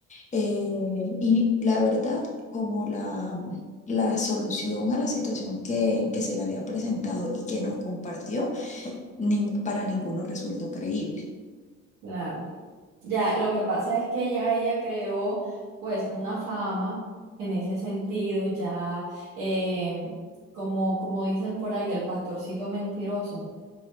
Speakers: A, on the left; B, on the right.
A: Eh, y la verdad, como la, la solución a la situación que, que se le había presentado y que nos compartió, nin- para ninguno resultó creíble.
B: Claro. Ya, lo que pasa es que ya ella creó pues una fama en ese sentido, ya eh, como, como dicen por ahí, el pastorcito mentiroso.